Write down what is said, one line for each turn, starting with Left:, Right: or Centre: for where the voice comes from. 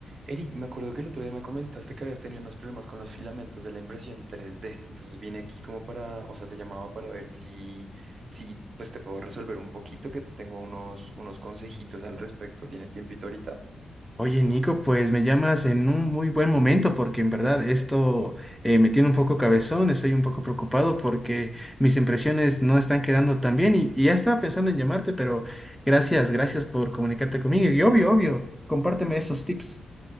Right: Eric, me acuerdo que el otro día me comentaste que habías tenido unos problemas con los filamentos de la impresión tres d Entonces vine aquí como para, o sea, te llamaba para ver si, si pues te puedo resolver un poquito, que te tengo unos, unos consejitos al respecto. ¿Tienes tiempito ahorita?
Centre: Oye, Nico, pues me llamas en un muy buen momento porque en verdad esto eh, me tiene un poco cabezón, estoy un poco preocupado porque mis impresiones no están quedando tan bien y, y ya estaba pensando en llamarte, pero gracias, gracias por comunicarte conmigo y obvio, obvio, compárteme esos tips.